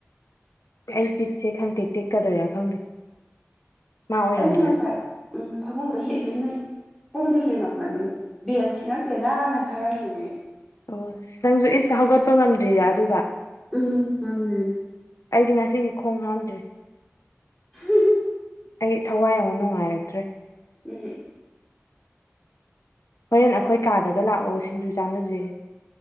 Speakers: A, on the left; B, in the centre.
A: ꯑꯩ ꯕꯤꯠꯁꯦ ꯈꯪꯇꯦꯛ ꯇꯦꯛꯀꯗꯣꯏꯔ ꯈꯪꯗꯦ꯫ ꯃꯥ ꯑꯣꯏꯔꯝꯗ꯭ꯔꯗꯤ
B: ꯑꯩꯁꯨ ꯉꯁꯥꯏ ꯎꯝ ꯐꯃꯨꯡꯗ ꯍꯤꯞ ꯍꯤꯞꯅ ꯄꯨꯡꯗꯤ ꯌꯦꯡꯉꯝꯕꯅꯤ ꯕꯦꯜ ꯈꯤꯉꯛꯇꯦꯗꯥꯅ ꯈꯥꯜꯂꯝꯃꯤꯅꯦ꯫
A: ꯑꯣ ꯅꯪꯁꯨ ꯏꯁ ꯍꯧꯒꯠꯄ ꯉꯝꯗ꯭ꯔꯤꯔꯥ ꯑꯗꯨꯒ?
B: ꯎꯝ ꯉꯝꯗ꯭ꯔꯤꯅꯦ꯫
A: ꯑꯩꯗꯤ ꯉꯁꯤꯒꯤ ꯈꯣꯡ ꯍꯥꯝꯗ꯭ꯔꯤ꯫
B: <unintelligible>
A: ꯑꯩ ꯊꯋꯥꯏ ꯑꯃꯨꯛ ꯅꯨꯡꯉꯥꯏꯔꯛꯇ꯭ꯔꯦ꯫
B: ꯎꯝ
A: ꯍꯣꯔꯦꯟ ꯑꯈꯣꯏ ꯀꯥꯗꯒ ꯂꯥꯛꯑꯣ ꯁꯤꯡꯖꯨ ꯆꯥꯅꯖꯦ꯫